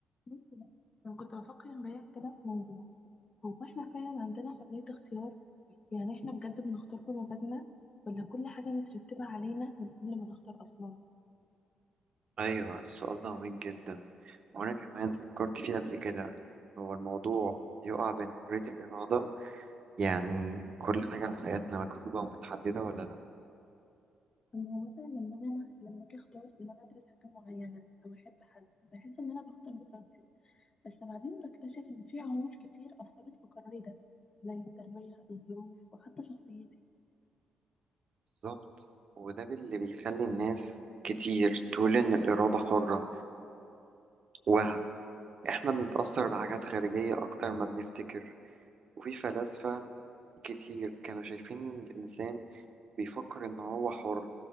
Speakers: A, on the left; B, on the right.
A: ممكن. انا كنت بفكر امبارح كده في موضوع هو احنا فعلا عندنا حرية اختيار يعني احنا بجد بنختار بمزاجنا ولا كل حاجة مترتبة علينا من قبل ما نختار اصلا
B: أيوة السؤال ده عميق جدا وأنا كمان فكرت فيه قبل كده هو الموضوع يقع بين حرية الإرادة يعني كل حاجة في حياتنا مكتوبة ومتحددة ولا لأ
A: أما هو مثلا لما أجي أنا لما أجي أختار إن أنا أدرس حاجة معينة أو أحب حد بحس إن أنا بختار بإرادتي بس بعدين بكتشف إن في عوامل كتير أثرت في قراري ده زي التربية الظروف وحتى شخصيتي
B: بالظبط وده اللي بيخلي الناس كتير تقول إن الإرادة حرة وهم إحنا بنتأثر بحاجات خارجية أكتر ما بنفتكر وفي فلاسفة كتير كانوا شايفين إن الإنسان بيفكر إن هو حر